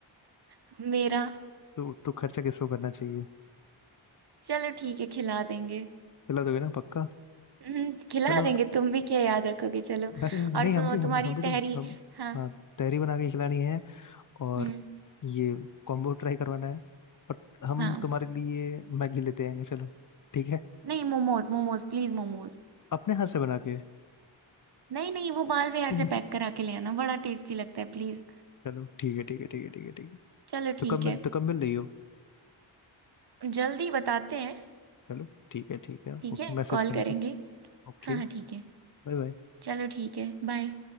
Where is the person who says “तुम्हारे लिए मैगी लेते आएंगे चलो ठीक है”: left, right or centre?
Left